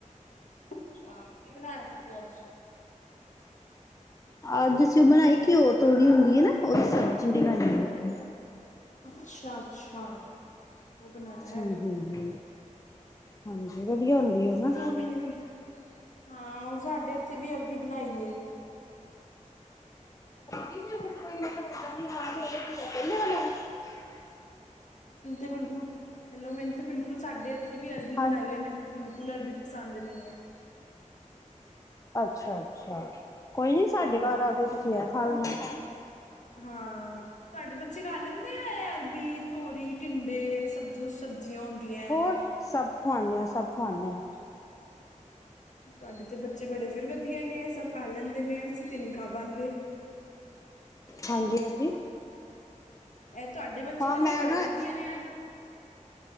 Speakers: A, on the left; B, on the left.
A: ਅੱਛਾ, ਕੀ ਬਣਾਇਆ ਤੁਸੀਂ ਅੱਜ?
B: ਅੱਜ ਅਸੀਂ ਓ ਬਣਾਈ ਘਿਓ ਤੋਰੀ ਹੁੰਦੀ ਹੈ ਨਾ, ਉਹਦੀ ਸਬਜ਼ੀ ਬਣਾਈ।
A: ਅੱਛਾ, ਅੱਛਾ। ਉਹ ਬਣਾਇਆ
B: ਹਮ, ਹਮ, ਹਮ ਹਾਂਜੀ, ਵਧੀਆ ਹੁੰਦੀ ਓ ਨਾ!
A: ਬਿਲਕੁੱਲ! ਹਾਂ, ਸਾਡੇ ਇੱਥੇ ਵੀ ਅਰਬੀ ਬਣਾਈ ਏ।
B: ੂੰ <unintelligible>
A: ਮੈਨੂੰ ਤੇ ਬਿਲਕੁੱਲ ਹੈਲੋ! ਮੈਨੂੰ ਤੇ ਬਿਲਕੁੱਲ ਸਾਡੇ ਇੱਥੇ ਵੀ ਅਰਬੀ
B: ਹਾਂ
A: ਬਣਾਈ ਹੈ, ਮੈਨ ਬਿਲਕੁੱਲ ਅਰਬੀ ਪਸੰਦ ਨਹੀਂ ਹੈ।
B: ਅੱਛਾ ਅੱਛਾ, ਕੋਈ ਨੀ ਸਾਡੇ
A: ਹਾਂ
B: ਘਰ ਆ ਜਾਓ ਤੁਸੀਂ, ਐ ਖਾ ਲੈਣਾ।
A: ਹਾਂ, ਤੁਹਾਡੇ ਬੱਚੇ ਖਾ ਲੈਂਦੇ ਆ ਐ- ਅਰਬੀ, ਤੋਰੀ, ਟਿੰਡੇ? ਸਭ ਜੋ ਸਬਜ਼ੀਆਂ ਹੁੰਦੀਆਂ।
B: ਹੋਰ ਸਭ ਖਵਾਣੇ ਹਾਂ, ਸਭ ਖਵਾਣੇ ਹਾਂ।
A: ਤੁਹਾਡੇ ਤੇ ਬੱਚੇ ਬੜੇ ਫਿਰ ਵਧੀਆ ਨੇ, ਇਹ ਸਭ ਖਾ ਲੈਂਦੇ ਨੇ! ਅਸੀਂ ਤੇ ਨਹੀਂ ਖਾ ਪਾਂਦੇ।
B: ਹਾਂਜੀ, ਹਾਂਜੀ।
A: ਇਹ ਤੁਹਾਡੇ ਬੱਚੇ
B: ਹਾਂ
A: ਤੇ
B: ਮੈਂ
A: ਫੇਰ ਬੜੇ
B: ਨਾ
A: ਵਧੀਆ ਨੇ, ਯਾਰ!